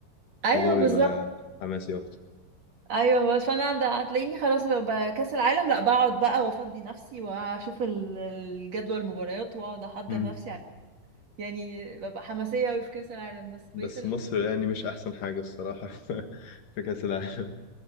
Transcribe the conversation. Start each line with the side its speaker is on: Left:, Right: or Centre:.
Right: أيوه
Left: بيبقى
Right: بالظبط
Left: حماسي اكتر
Right: أيوه بس فأنا عند- هتلاقيني خلاص ببقى كأس العالم لا بقعد بقى وأفضي نفسي وأشوف ال- الجدول المباريات وأقعد أحضر
Left: امم
Right: نفسي عليه يعني ببقى حماسية أوي في كأس العالم بس
Left: بس
Right: بقيت
Left: مصر يعني مش احسن حاجه الصراحه <laughs> في في كاس العالم